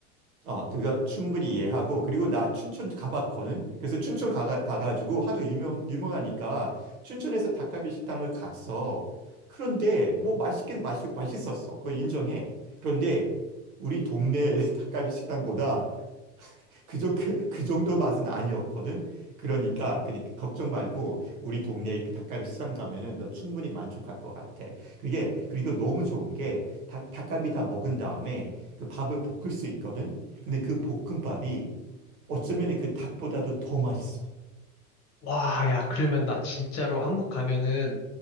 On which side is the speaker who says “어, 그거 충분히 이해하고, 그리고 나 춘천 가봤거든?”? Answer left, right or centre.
Right